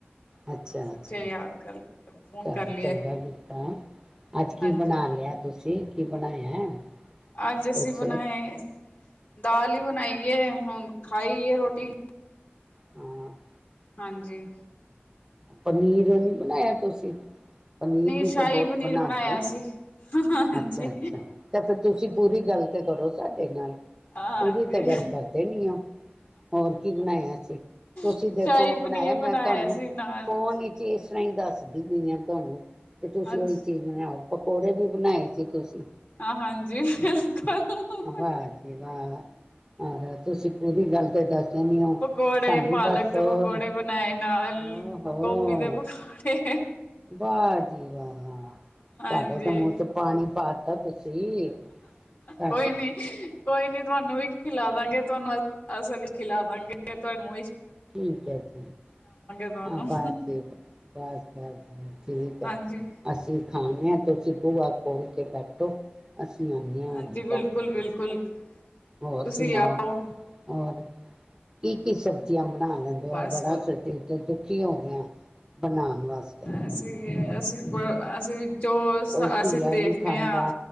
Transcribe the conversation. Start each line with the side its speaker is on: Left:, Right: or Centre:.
Right: ਅੱਛਾ
Left: ਮੈਂ ਸੋਚਿਆ
Right: ਅੱਛਾ
Left: ਯਾਦ ਕਰ ਫੋਨ
Right: ਚਲੋ
Left: ਕਰ ਲਈਏ
Right: ਚੰਗਾ ਕੀਤਾ ਅੱਜ ਕੀ
Left: ਹਾਂਜੀ
Right: ਬਣਾ ਲਿਆ ਤੁਸੀਂ ਕੀ ਬਣਾਇਆ
Left: ਅੱਜ ਅਸੀਂ
Right: ਕੁਛ
Left: ਬਣਾਏ ਦਾਲ ਹੀ ਬਣਾਈ ਏ ਹੁਣ ਖਾਈ ਇਹ ਰੋਟੀ
Right: ਹਮ <inaudible>
Left: ਹਾਂਜੀ।
Right: ਪਨੀਰ ਨੀ ਬਨਾਇਆ ਤੁਸੀਂ? ਪਨੀਰ ਵੀ
Left: ਸ਼ਾਹੀ
Right: ਤੇ ਬਹੁਤ
Left: ਪਨੀਰ
Right: ਬਨਾੰਦੇ
Left: ਬਣਾਇਆ
Right: ਆ,
Left: ਸੀ ਹਾਂਜੀ
Right: ਅੱਛਾ- ਅੱਛਾ ਤੇ ਫਿਰ ਤੁਸੀਂ ਪੂਰੀ ਗੱਲ ਕਰੋ ਸਾਡੇ ਨਾਲ।
Left: ਹਾਂਜੀ
Right: ਪੂਰੀ ਤਾਂ ਗੱਲ ਕਰਦੇ ਨੀ ਆ, ਹੋਰ ਕੀ ਬਣਾਇਆ ਸੀ, ਤੁਸੀਂ
Left: ਸ਼ਾਹੀ
Right: ਦੋਖੋ
Left: ਪਨੀਰ
Right: ਬਣਾਇਆ ਮੈਂ ਤੁਹਾਨੂੰ?
Left: ਸੀ ਨਾਲ
Right: ਫੋਨ ਵਿਚ ਇਸ ਤਰ੍ਹਾਂ ਹੀ ਦੱਸ ਦੀ ਪਈਆਂ ਤੁਹਾਨੂੰ <inaudible> ਤੇ ਤੁਸੀਂ
Left: ਅੱਜ
Right: ਉਹੀ ਚੀਜ਼ ਬਣਾਓ। ਪਕੌੜੇ ਵੀ ਬਣਾਏ ਸੀ, ਤੁਸੀਂ।
Left: ਆਹ ਹਾਂਜੀ। ਬਿਲਕੁਲ
Right: ਵਾਹ ਜੀ ਵਾਹ ਹੋਰ ਤੁਸੀਂ ਪੂਰੀ ਗੱਲ ਤੇ ਦੱਸ ਦਦੇ ਹੋ
Left: ਪਕੌੜੇ
Right: ਸਾਨੂੰ,
Left: ਪਾਲਕ
Right: ਦੱਸੋ
Left: ਦੇ ਪਕੌੜੇ ਬਣਾਏ ਨਾਲ
Right: ੋ
Left: ਗੋਭੀ ਦੇ ਪਕੌੜੇ
Right: ਵਾਹ ਜੀ ਵਾਹ
Left: ਹਾਂਜੀ
Right: ਸਾਡੇ ਤੇ ਮੂੰਹ ਚ ਪਾਣੀ ਪਾ ਕ ਤੁਸੀ <inaudible>
Left: ਕੋਈ ਨੀ, ਕੋਈ ਨੀ ਤੁਹਾਨੂੰ ਵੀ ਖਿਲਾਵਾਂਗੇ ਤੁਹਾਨੂੰ, ਅਸਲੀ ਖਿਲਾਵਾਂਗੇ ਤੁਹਾਨੂੰ।
Right: ਠੀਕ ਹੈ ਜੀ,
Left: ਤੁਹਾਨੂੰ
Right: ਹ ਬਸ ਠੀਕ, ਬਸ -ਬਸ ਠੀਕ ਹੈ
Left: ਹਾਂਜੀ
Right: ਅਸੀਂ। ਖਾਣਿਆ, ਤੁਸੀਂ ਬੂਆ ਖੋਲ੍ਹ ਕੇ ਬੈਠੋ। ਅਸੀਂ ਆਉਂਦੇਆਂ ਹੋਈ
Left: ਹਾਂਜੀ ਬਿਲਕੁਲ
Right: ਘਟੇ
Left: ਬਿਲਕੁਲ
Right: ਘ <inaudible> ਹੋਰ
Left: ਤੁਸੀਂ
Right: ਸੁਣਾਓ,
Left: ਆਓ
Right: ਹੋਰ। ਕੀ -ਕੀ ਸਬਜ਼ੀਆਂ? ਬਣਾ ਲੈਂਦੇ
Left: ਬਸ
Right: ਹੋ, ਬੜਾ ਸ ਦੁਖੀ ਹੋਦਾ ਹਾਂਾਂ <inaudible> ਬਣਾਉਣ ਵਾਸਤੇ।
Left: ਅਸੀਂ ਅਸੀਂ ਅਸੀਂ। ਜੋ
Right: ਕੋਈ
Left: ਅਸੀਂ
Right: ਘੀਆ
Left: ਦੇਖਨੇ
Right: ਨੀ ਖਾਂਦਾ।
Left: ਆ,